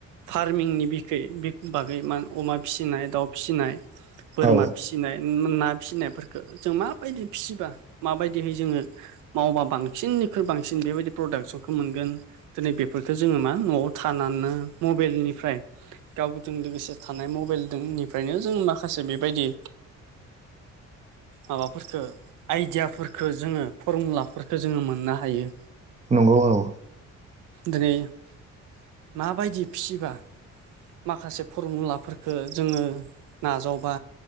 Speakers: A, on the right (about 90°); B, on the right (about 25°).
A: फार्मिनि बिखै बागै मा अमा फिसिनाय दाउ फिसिनाय बोरमा
B: औ
A: फिसिनाय ना फिसिनायफोरखौ जों माबायदि फिसिबा माबायदिहै जोङो मावबा बांसिननिख्रुइ बांसिन बेबायदि प्रडाक्सनखौ मोनगोन‌ दिनै बेफोरखौ जोङो मा न'आव थानानैनो मबाइलनिफ्राय गावजों लोगोसे थानाय मबाइलजोंनिफ्रायनो जों माखासे बेबायदि माबाफोरखौ आइदियाफोरखौ जोङो फरमुलाफोरखौजोङो मोननो हायो।
B: नंगौ औ।
A: दिनै मा बायदि फिबा? माखासे फरमुलाफोरखौ जोङो नाजावबा